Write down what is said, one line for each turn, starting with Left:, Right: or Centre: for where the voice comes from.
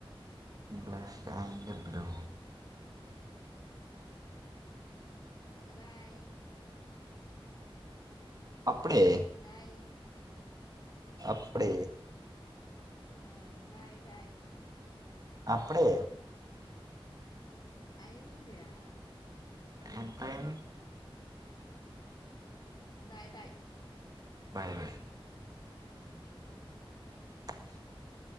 Right: black and blue
Left: okay bye
Right: అప్పుడే
Left: బాయ్
Right: అప్పుడే
Left: ఆ బాయ్ బాయ్
Right: అప్పుడే
Left: ఐందిరా
Right: ఎంతయిం
Left: బాయ్ బాయ్
Right: బాయ్ బాయ్ <inaudible>